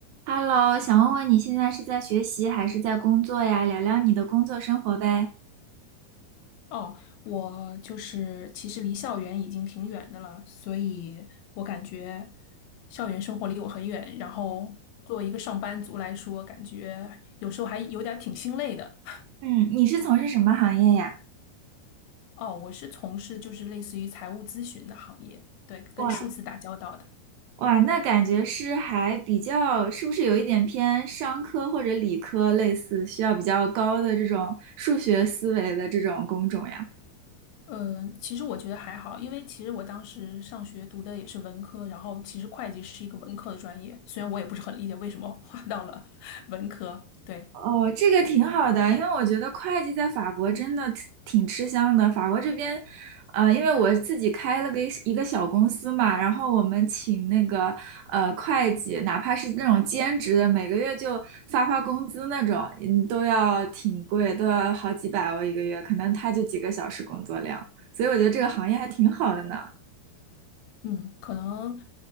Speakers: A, on the right; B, on the left.
A: Hello，想问问你现在是在学习还是在工作呀？聊聊你的工作生活呗。
B: 哦，我就是其实离校园已经挺远的了，所以我感觉校园生活离我很远。然后作为一个上班族来说，感觉有时候还有点儿挺心累的。
A: 嗯，你是从事什么行业呀？
B: 哦，我是从事就是类似于财务咨询的行业，对，跟数字打交道的。
A: 哇哇，那感觉是还比较，是不是有一点偏商科或者理科类似，需要比较高的这种数学思维的这种工种呀？
B: 嗯，其实我觉得还好，因为其实我当时上学读的也是文科，然后其实会计是一个文科的专业，虽然我也不是很理解为什么划到了 <laughs> 文科，对。
A: 哦，这个挺好的，因为我觉得会计在法国真的挺挺吃香的。法国这边，呃，因为我自己开了个一个小公司嘛，然后我们请那个呃会计，哪怕是那种兼职的，每个月就发发工资那种，嗯，都要挺贵，都要好几百欧一个月，可能他就几个小时工作量，所以我觉得这个行业还挺好的呢。
B: 嗯，可能，